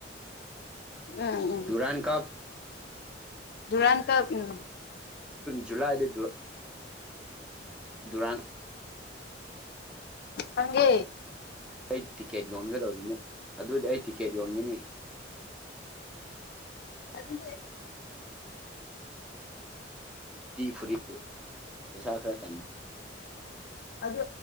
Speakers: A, on the left; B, in the centre.
A: ꯎꯝ ꯎꯝ
B: ꯗꯨꯔꯥꯟ ꯀꯞ
A: ꯙꯨꯔꯥꯟꯇ ꯎꯝ
B: ꯖꯨꯂꯥꯏꯗ ꯗꯨꯔꯥꯡ
A: ꯍꯪꯒꯤ
B: ꯑꯩ ꯇꯤꯛꯀꯦꯠ ꯌꯣꯟꯒꯗꯧꯔꯤꯅꯦ ꯑꯗꯨꯗꯤ ꯑꯩ ꯇꯤꯛꯀꯦꯠ ꯌꯣꯟꯒꯅꯤ
A: ꯑꯗꯨ
B: ꯐ ꯄꯁꯥꯈ꯭ꯔ ꯇꯟ
A: ꯑꯗꯨ